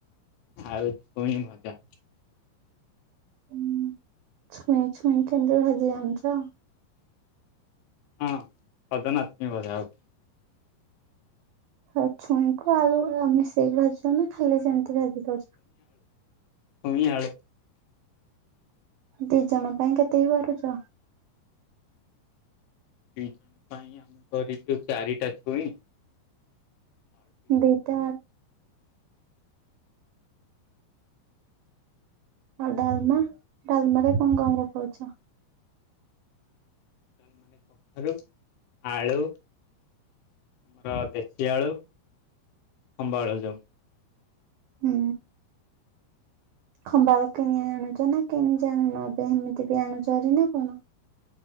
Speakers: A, on the left (about 85°); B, on the right (about 80°).
A: ଆଉ- କ ଭଜା-
B: ହଁ <inaudible> ଛୁଇଁଛୁଇ କେ ଭଜି ଯଛ-
A: ହଁ ପଦନାତମୀ ବଜା ହଉଛି-
B: ଆ ଛୁଇଁକୁ ଆଳୁ ଆମେ ଶ ଭୁ- ନା ଖାଲି ସେମିତି ଭାବି ତର
A: ହଇ ଆଡ
B: ଦି ଜଣ ପାଇଁ କେତେ ହେଇ ପାରୁଛ
A: ଦି ଜଣ ପାଇଁ ଆମେ କରିଛୁ ଚାରିଟା ଛୁଇ
B: ଦେଇଟ ଆଉ ଡାଲମା ଡାଲମା ରେ କଣ କଣ କ କହୁଛ
A: ଲ ମାନେ କଖାରୁ ଆଳୁ ଆମର ଦେଶୀ ଆଳୁ ଅମ୍ବ ଆଳୁ ଯୋଉ
B: ହୁଁ ଖମ୍ବାଳ କିଣି ଆଣୁଛ ନା କିଣି ଆଣୁନ ଏବେ ସେମିତି ବି ଆଣୁଛରି ନା କଣ